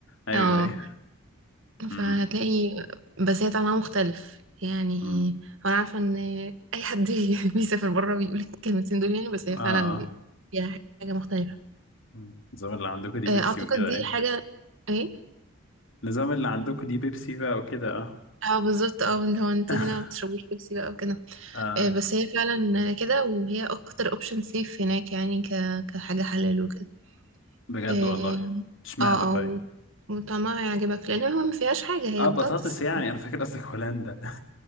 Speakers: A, on the left; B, on the right.
A: ايوه
B: اه
A: ايوه امم
B: فهتلاقي بساتة معناه مختلف يعني
A: امم
B: انا عارفه ان اي حد <laughs> بيسافر بره بيقول الكلمتين دول يعني بس هي
A: اه
B: فعلا
A: اه
B: فيها حاجه مختلفه
A: مم. النظام اللي عندكم دي بيبسي
B: آه، اعتقد
A: وكده
B: دي
A: ايه
B: حاجه ايه
A: النظام اللي عندكم دي بيبسي بقى وكده اه
B: اه بالظبط اه اللي هو انتوا
A: <laughs>
B: هنا ما بتشربوش بيبسي بقى وكده
A: اه
B: آه، بس هي فعلا كده وهي اكتر اوبشن سيف هناك يعني ك... كحاجه حلال وكده
A: بجد
B: اه
A: والله اشمعنى
B: اه
A: طيب
B: آه، وطعمها يعجبك لان هو ما فيهاش حاجه هي
A: اه
B: بطاطس
A: بطاطس يعني انا فاكر قصدك هولندا